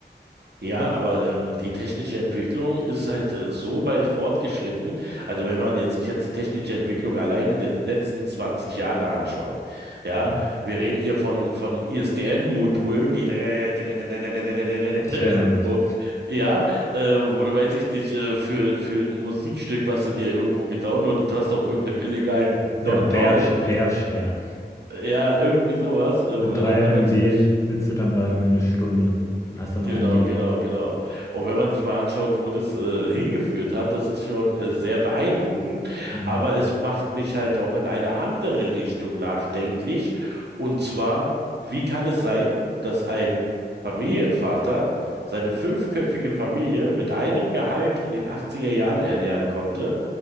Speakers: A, on the right (about 70°); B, on the left (about 15°).
A: Ja, aber ähm, die technische Entwicklung ist halt äh, so weit fortgeschritten. Also wenn man jetzt, sich jetzt die technische Entwicklung alleine der letzten 20 Jahre anschaut, ja,
B: Mhm.
A: wir reden hier von, von ISDN-Modulen, die <laughs>
B: Ich erinnere mich.
A: und, ja, äh, wo du weiß ich nicht, äh, für, für ein Musikstück, was du dir irgendwo gedownloadet hast auf irgendeinem illegalen
B: Ja,
A: Tor-
B: Bear,
A: Torrent,
B: Bearshare.
A: äh, ja, irgendwie sowas, äh,
B: Für
A: wo
B: 3
A: du dann, da
B: MB
A: weiß ich nicht,
B: sitzt du dann da irgendwie eine Stunde und hast dann
A: Genau,
B: ein Lied.
A: genau, genau. Und wenn man sich mal anschaut, wo das äh, hingeführt hat, das ist schon äh, sehr beeindruckend,
B: Mhm.
A: aber es macht mich halt auch in eine andere Richtung nachdenklich. Und zwar, wie kann es sein, dass ein Familienvater seine fünfköpfige Familie mit einem Gehalt in den 80er Jahren ernähren konnte,